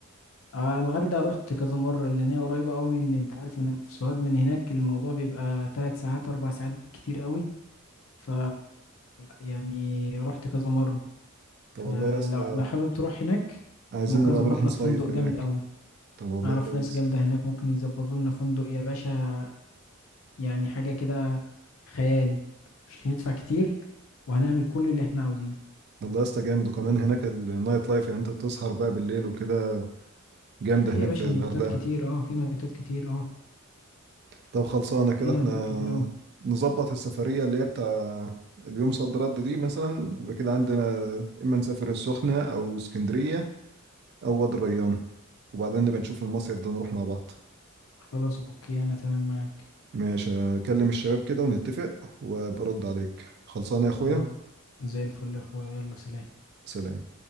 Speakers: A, on the left (about 75°); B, on the right (about 50°).
A: آه الغردقة رحت كذا مرة لأن هي قريبة أوي من أنت عارف أنا في سوهاج من هناك الموضوع بيبقى تلات ساعات أربع ساعات بالكتير أوي ف يعني رحت كذا مرة
B: طب
A: فلو
B: والله يا اسطى
A: لو حابب تروح هناك
B: عايزين
A: ممكن
B: نبقى
A: أظبط
B: نروح نصيف
A: لك فندق جامد
B: هناك
A: أوي
B: طب والله
A: أعرف
B: كويس
A: ناس جامدة هناك ممكن يظبطوا لنا فندق يا باشا يعني حاجة كده خيال مش هندفع كتير وهنعمل كل اللي احنا عاوزينه
B: والله يا اسطى جامد وكمان هناك النايت لايف يعني انت تسهر بقى بالليل وكده جامدة
A: في
B: هناك
A: يا باشا
B: في الغردقة
A: نايتات كتير اه في نايتات كتير اه
B: طب خلصانة كده
A: في نايتات
B: احنا
A: كتير أوي
B: نظبط السفرية اللي هي بتاع اليوم صد رد دي مثلا يبقى كده عندنا اما نسافر السخنة او اسكندرية او وادي الريان وبعدين نبقى نشوف المصيف ده نروح مع بعض
A: خلاص أوكي أنا تمام معاك
B: ماشي اكلم الشباب كده ونتفق وبرد عليك خلصانة يا اخويا
A: خلاص زي الفل يا اخويا يلا سلام
B: سلام